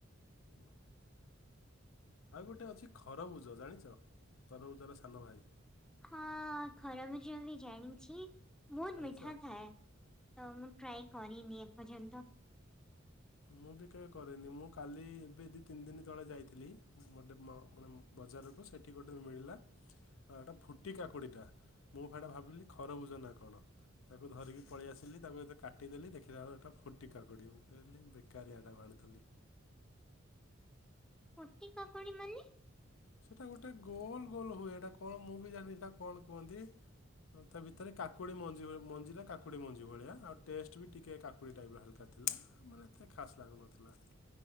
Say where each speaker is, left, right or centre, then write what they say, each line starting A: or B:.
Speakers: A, on the left (about 75°); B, in the centre.
A: ହୁଁ ଆଉ ଗୋଟେ ଅଛି ଖରଭୁଜ ଜାଣିଚ, ତରଭୁଜର ସାନ ଭାଇ।
B: ହଁ ଖରଭୁଜ ବି ଜାଣିଚି ବହୁତ୍
A: ଖାଇଛ
B: ମିଠା ଥାଏ। ତ ମୁଁ ଟ୍ରାଏ କରିନି ଏପର୍ଯ୍ୟନ୍ତ।
A: ମୁଁ ବି କେବେ କରିନି ମୁଁ କାଲି ଏବେ ଦି ତିନି ଦିନି ତଳେ ଯାଇଥିଲି ମୋତେ ମ ମାନେ ବଜାରକୁ ସେଠି ଗୋଟେ ମିଳିଲା ଏଟା ଫୁଟି କାକୁଡ଼ିଟା। ମୁଁ ହେଟା ଭାବିଲି ଖରଭୁଜ ନା କଣ? ତାକୁ ଧରିକି ପଳିଆସିଲି ତା ପରେ ତାକୁ କାଟିଦେଲି ଦେଖିଲାବେଳୁ ଏଟା ଫୁଟି କାକୁଡ଼ି ମୁଁ କହିଲି ବେକାରିଆ ଟାକୁ ଆଣୁଥିଲି।
B: ଫୁଟି କାକୁଡି ମାନେ
A: ସେଟା ଗୋଟେ ଗୋଲ ଗୋଲ ହୁଏ। ଏଟା କଣ ମୁଁ ବି ଜାଣିନି ହେଟା କୁ କଣ କୁହନ୍ତି? ହ ତା ଭିତରେ କାକୁଡି ମଞ୍ଜି ହୁଏ। ମଞ୍ଜି ଟା କାକୁଡ଼ି ମଞ୍ଜି ଭଳିଆ ଆଉ ଟେଷ୍ଟବି ଟିକେ କାକୁଡି ଟାଇପ୍ ର ହାଲକା। ଥିଲା ମାନେ ଏତେ ଖାସ୍ ଲାଗୁନଥିଲା।